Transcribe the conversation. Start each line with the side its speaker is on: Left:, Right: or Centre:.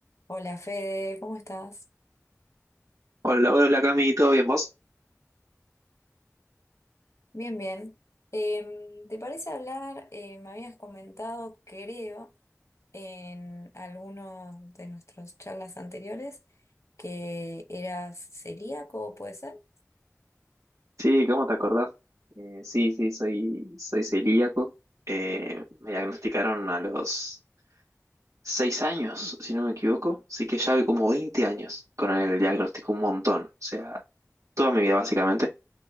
Left: Hola Fede, ¿cómo estás?
Right: Hola, hola Cami, ¿todo bien vos?
Left: Bien, bien. Em, ¿te parece hablar? eh, me habías comentado, creo, en algunos de nuestras charlas anteriores que eras celíaco, ¿puede ser?
Right: Sí, ¿cómo te acordás? Eh, sí, sí, soy, soy celíaco. Eh, me diagnosticaron a los seis años, si no me equivoco. Así que ya voy como 20 años con el diagnóstico, un montón. O sea, toda mi vida básicamente.